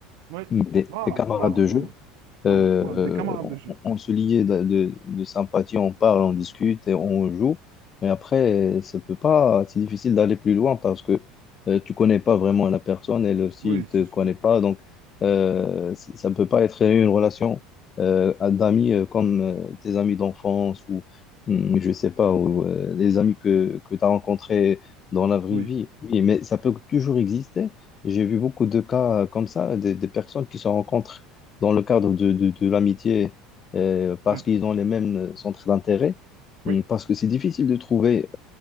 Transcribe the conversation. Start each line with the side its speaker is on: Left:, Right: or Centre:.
Right: Oui.
Left: mais des,
Right: Voilà,
Left: des camarades
Right: voilà,
Left: de
Right: voilà,
Left: jeu,
Right: voilà,
Left: euh,
Right: voilà, des camarades
Left: euh, on,
Right: de jeu.
Left: on se liait de, de- de sympathie, on parle, on discute et on joue. Mais après, euh, ça peut pas, c'est difficile d'aller plus loin parce que euh, tu connais pas vraiment la personne, elle aussi,
Right: Oui,
Left: elle te
Right: c'est
Left: connaît
Right: sûr.
Left: pas. Donc, euh, c- ça ne peut pas être une relation euh, à- d'amis euh, comme euh, tes amis d'enfance ou, hum, je sais pas, ou euh, les amis que, que tu as rencontrés dans la vraie
Right: Oui,
Left: vie. Oui, mais ça peut toujours exister. J'ai vu beaucoup de cas euh, comme ça, des, des personnes qui se rencontrent dans le cadre de, de, de l'amitié euh, parce
Right: oui,
Left: qu'ils ont les mêmes euh, centres d'intérêt. Hum,
Right: oui,
Left: Parce que c'est difficile de trouver,